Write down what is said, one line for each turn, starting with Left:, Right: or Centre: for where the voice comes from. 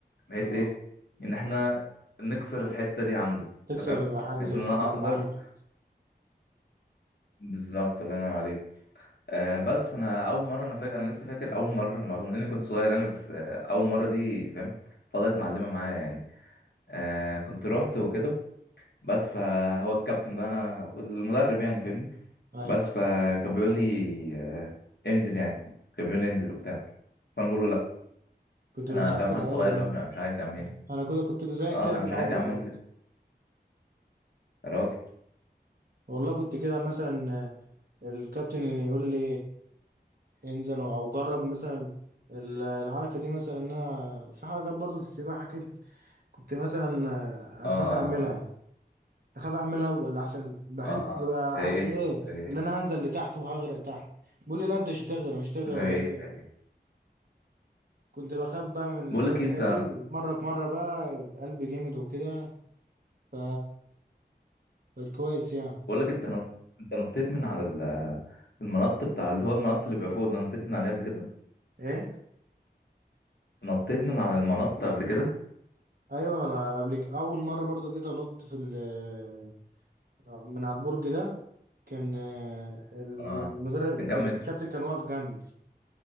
Left: بحيث
Right: اه
Left: ايه ان احنا نكسر الحته دي عنده
Right: تكسر
Left: تمام
Right: حاجز
Left: بحيث
Right: الخوف
Left: ان انا
Right: على
Left: اقدر
Right: اللي عندك
Left: بالظبط الله ينور عليك آه بس فانا اول مره انا فاكر انا لسه فاكر اول مره رغم اني كنت صغير انا بس آه اول مره دي فاهم فضلت معلمه معايا يعني آه كنت روحت وكده بس فهو الكابتن بقى انا والمدرب يعني فاهمني
Right: ايوه
Left: بس فكان بيقول لي آه انزل يعني كان بيقول لي انزل وبتاع فانا بقول له
Right: كنت بتخاف
Left: انا فاهم
Right: في الاول
Left: حال صغير بقى مش مش عايز يا عم أنزل.
Right: اه انا كده كنت زيك
Left: اه
Right: كده
Left: انا
Right: في
Left: مش
Right: الاول
Left: عايز يا عم
Right: برضه
Left: انزل يا راجل
Right: والله كنت كده مثلا الكابتن يقول لي انزل او جرب مثلا ال- الحركه دي مثلا إن انا في حركات برضو في السباحه كده كنت مثلا
Left: اه
Right: اخاف اعملها
Left: اه
Right: اخاف اعملها ولا احسن بحس
Left: آه.
Right: ببقى
Left: زي
Right: حاسس
Left: ايه
Right: ايه
Left: زي ايه
Right: اللي انا هنزل لتحت وهغرق تحت بيقول لي لا انت مش هتغرق مش هتغرق
Left: زي ايه
Right: وكنت
Left: زي ايه
Right: كنت بخاف بقى من
Left: بقول
Right: الحكايه
Left: لك إيه، انت
Right: دي مره في مره بقى قلبي جامد وكده ف بقت كويس يعني
Left: بقول لك انت نط- انت نطيت من على ال- المنط بتاع اللي هو المنط اللي بيبقى فوق ده نطيت من عليه قبل كده
Right: ايه
Left: نطيت من على المنط قبل كده
Right: ايوه انا قبل ك- اول مره برضو جيت انط في ال- من على البرج ده كان آه، ال-
Left: اه
Right: المدرب
Left: كان كام
Right: كان
Left: متر
Right: الكابتن كان واقف جنبي